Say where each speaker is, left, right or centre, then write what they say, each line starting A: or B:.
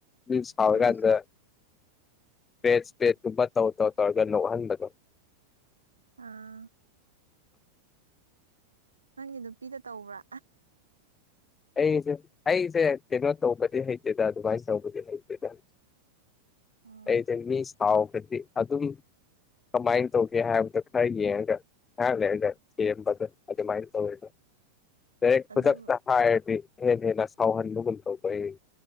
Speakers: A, on the left; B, on the right.
A: ꯃꯤ ꯁꯕꯒꯗ
B: ꯑꯗꯨ
A: ꯄꯦꯠꯦꯠ ꯇꯨꯝꯕ ꯇꯧꯔ ꯇꯧ ꯇꯧꯔꯒ ꯅꯣꯛꯍꯟꯕꯗꯣ
B: ꯑꯥ ꯅꯪꯒꯤ ꯅꯨꯄꯤꯗ ꯇꯧꯕ꯭ꯔꯥ
A: ꯑꯩꯁꯦ ꯑꯩꯁꯦ ꯀꯩꯅꯣ ꯇꯧꯕꯗꯤ ꯍꯩꯇꯦꯗ ꯑꯗꯨꯃꯥꯏ ꯇꯧꯕꯗꯤ ꯍꯩꯇꯦꯗ
B: ꯑꯣ
A: ꯑꯩꯗꯤ ꯃꯤ ꯁꯥꯎꯒꯗꯤ ꯑꯗꯨꯝ ꯀꯃꯥꯏꯟ ꯇꯧꯒꯦ ꯍꯥꯏꯕꯗ ꯈꯔꯒꯤ ꯉꯍꯥꯛ ꯂꯩ ꯂꯩ ꯊꯦꯝꯕꯗꯨ ꯑꯗꯨ ꯃꯥꯥꯏ ꯇꯧꯏ ꯑꯗꯣ ꯔꯛ
B: ꯑꯗꯨ
A: ꯃꯊꯛꯇꯥ ꯍꯥꯏꯔꯗꯤ ꯍꯦꯟꯅ ꯍꯦꯟꯅ ꯁꯥꯎꯍꯟꯕꯒꯨꯝ ꯇꯧꯕ ꯑꯩ